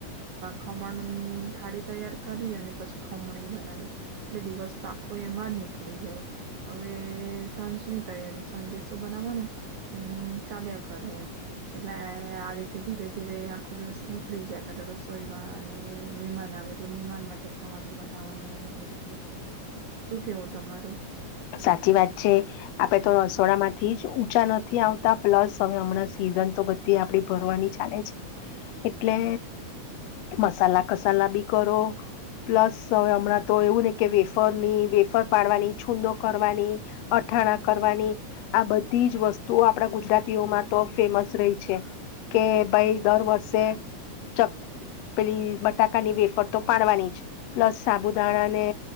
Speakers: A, on the right; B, on the left.
A: ખમણની થાળી તૈયાર કરી. અને પછી ખમણી બનાવી. એટલે દિવસ તો આખો એમાં જ નીકળી ગયો. હવે સાંજની તૈયારી. સાંજે શું બનાવવાનું? એનું ચાલ્યા કરે એમ. એટલે આ રીતે ધીરે ધીરે આખો દિવસ નીકળી જાય. <inaudible> રસોઈમાં અને મેમાન આવે એટલે, મેમાન માટે ખાવાનું બનાવાનું ને એ રીતે, શું કેવું તમારું?
B: સાચી વાત છે. આપડે તો રસોડા માંથી જ ઊંચા નથી આવતા. પ્લસ હવે હમણાં સિઝન તો બધી આપડી ભરવાની ચાલે છે. એટલે મસાલા કસાલા બી કરો, પ્લસ હવે હમણાં તો, એવું ને કે વેફરની વેફર પાડવાની છૂંદો કરવાની, અથાણા કરવાની, આ બધી જ વસ્તુઓ આપડા ગુજરાતીઓમાં તો ફેમસ રહી છે. કે ભાઈ, દર વર્ષે ચક પેલી બટ બટાકાની વેફર તો પાડવાની જ. પ્લસ સાબુદાણા ને